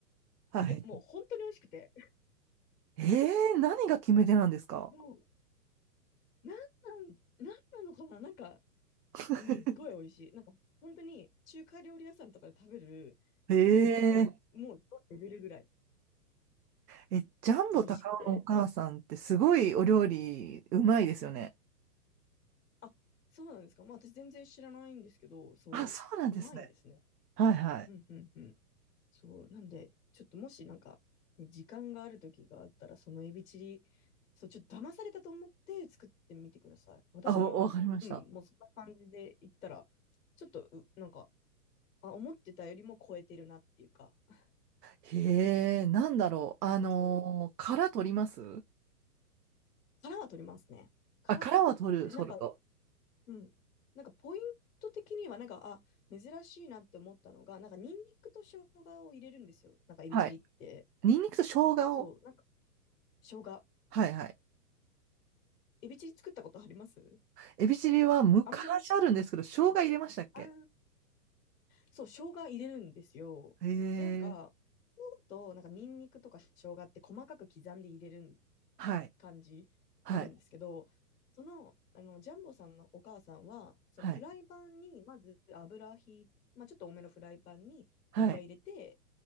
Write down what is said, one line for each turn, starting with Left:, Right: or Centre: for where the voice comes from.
Right: はい。
Left: いや、もう本当に美味しくて、
Right: ええ何が決め手なんですか
Left: もう、なんなん、なんなのかななんか、
Right: <laughs>
Left: すっごい美味しい。なんか、本当に中華料理屋さんとかで食べるやつとか、
Right: ええ
Left: もうレベルぐらい
Right: え、ジャンボ高尾のお母さんってすごいお料理うまいですよね。
Left: 美味しくて。あ、そうなんですか。まあ、私全然知らないんですけど、そう、
Right: あ、そうなんですね。
Left: うまいんですね。
Right: はいはい。
Left: うん、うん、うん。そう、なんで、ちょっともしなんか、ね、時間がある時があったら、そのエビチリ、そう、ちょっと騙されたと思って作ってみてください。私も、
Right: あ、おわかりました。
Left: うん、もうそんな感じで言ったら、ちょっと、うなんか、あ、思ってたよりも超えてるなっていうか、あ
Right: へえ、なんだろう。あのー殻取ります
Left: と殻は取りますね。殻取って、
Right: あ、殻は取る、取ると。
Left: なんか、うん。なんかポイント的には、なんか、あ、珍しいなって思ったのが、なんかニンニクと生姜を入れるんですよ。なんかエビチリって。
Right: はい。ニンニクと生姜を。
Left: そう、なんか生姜。
Right: はいはい。
Left: エビチリ作ったことあります
Right: エビチリは昔あるんですけど、
Left: あんまり、
Right: 生姜入れましたっけ
Left: あーそう、生姜入れるんですよ。
Right: へ
Left: で、なんか、
Right: え、
Left: そうだと、なんかニンニクとか生姜って細かく刻んで入れるん
Right: はい、
Left: 感じになるんですけど、
Right: はい、
Left: その、あのジャンボさんのお母さんは、そのフライパンにまず油ひい、
Right: はい、
Left: まあ、ちょっと多めのフライパンに油入れて、
Right: はい。